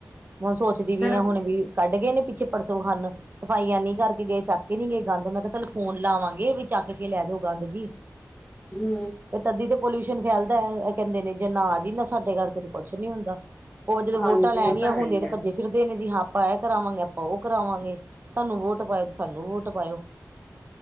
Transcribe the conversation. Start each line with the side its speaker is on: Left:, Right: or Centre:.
Right: ਹੁਣ ਸੋਚਦੀ ਵੀ
Left: ਫੇਰ
Right: ਆ ਹੁਣ ਵੀ ਕੱਢ ਗਏ ਨੇ ਪਿੱਛੇ ਪਰਸੋ ਹਨ ਸਫਾਈਆਂ ਨੀ ਕਰਕੇ ਗਏ, ਚੱਕ ਕੇ ਨੀ ਗਏ ਗੰਦ। ਮੈ ਕਿਹਾ ਚੱਲ ਫੋਨ ਲਾਵਾਂਗੇ ਵੀ ਚੱਕ ਕੇ ਲੈ ਜੋ ਗੰਦ ਜੀ।
Left: ਹੂੰ
Right: ਇਹ ਤਦੀ ਤੇ ਪੋਲੂਸ਼ਨ ਫੈਲਦਾ, ਏਂ ਕਹਿਦੇ ਨੇ ਨਾ ਜੀ ਨਾ ਸਾਡੇ ਘਰ ਕਦੇ ਕੁਛ ਨੀ ਹੁੰਦਾ। ੳਹ ਜਦੋ
Left: ਹਾਂਜੀ
Right: ਵੋਟਾਂ ਲੈਨੀਆਂ
Left: ਉਹ ਤਾਂ
Right: ਹੁੰਦੀਆਂ
Left: ਹੈ ਹੀ
Right: ਤੇ
Left: ਹੈ
Right: ਭੱਜੇ ਫਿਰ ਦੇ ਨੇ ਜੀ ਹਾਂ ਆਪਾ ਇਹ ਕਰਾਵਾਂਗੇ, ਆਪਾ ੳਹ ਕਰਾਵਾਂਗੇ। ਸਾਨੂੰ ਵੋਟ ਪਾਏਓ ਜੀ ਸਾਨੂੰ ਵੋਟ ਪਾਏਓ।